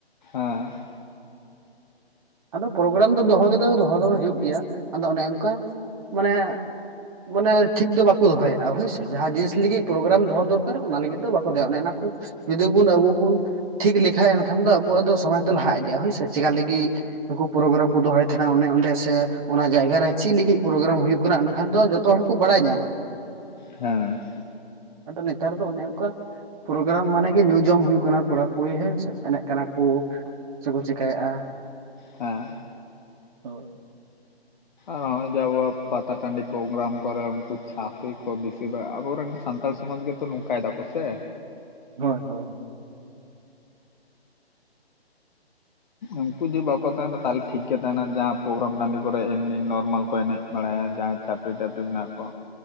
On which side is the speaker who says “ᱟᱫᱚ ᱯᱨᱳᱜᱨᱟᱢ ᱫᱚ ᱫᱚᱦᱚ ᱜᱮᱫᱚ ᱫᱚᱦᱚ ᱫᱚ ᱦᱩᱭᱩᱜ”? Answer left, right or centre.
Right